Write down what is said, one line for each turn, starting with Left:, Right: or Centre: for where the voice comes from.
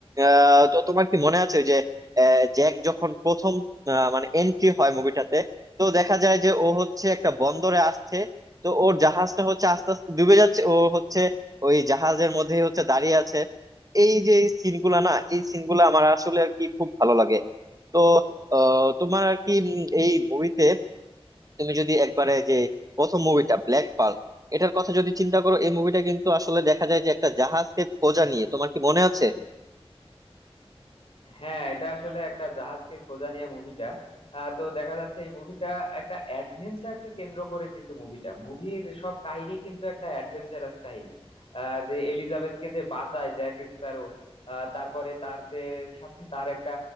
Right: আহ, তো তোমার কি মনে আছে ওই যে আহ, জ্যাক যখন প্রথম আহ, মানে এন্ট্রি হয় মুভিটাতে তো দেখা যায় যে ও হচ্ছে একটা বন্দরে আসছে তো ওর জাহাজটা হচ্ছে আস্তে আস্তে ডুবে যাচ্ছে ও হচ্ছে ওই জাহাজের মধ্যে হচ্ছে দাঁড়িয়ে আছে এই যে সিনগুলা না এই সিনগুলো আমার আসলে আর কি খুব ভালো লাগে তো আহ, তোমার আর কি উম, এই মুভিতে তুমি যদি একবারে যে প্রথম মুভিটা ব্ল্যাক পার্ল এটার কথা যদি চিন্তা করো এই মুভিটা কিন্তু আসলে দেখা যায় যে একটা জাহাজকে খোঁজা নিয়ে তোমার কি মনে আছে
Left: হ্যাঁ এটা আসলে একটা জাহাজকে খোঁজা নিয়ে মুভিটা তো দেখা যাচ্ছে এই মুভিটা একটা অ্যাডভেঞ্চারকে কেন্দ্র করে কিন্তু মুভিটা মুভির সব কাহিনী কিন্তু একটা অ্যাডভেঞ্চারাস কাহিনী আহ, যে এলিজাবেথকে যে বাঁচায় জ্যাক স্প্যারো আহ, তারপরে তার যে সাথে তার একটা